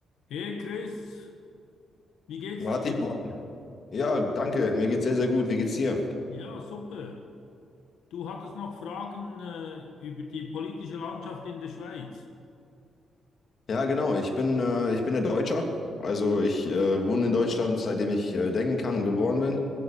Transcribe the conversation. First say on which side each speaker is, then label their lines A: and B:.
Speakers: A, on the left (about 90°); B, on the left (about 50°).
A: Hey Chris, wie geht's
B: Martin,
A: dir?
B: ja, danke. Mir geht's sehr, sehr gut. Wie geht's dir?
A: Ja, super. Du hattest noch Fragen äh, über die politische Landschaft in der Schweiz.
B: Ja, genau. Ich bin, äh, ich bin ja Deutscher. Also ich äh, wohne in Deutschland, seitdem ich äh, denken kann und geboren bin.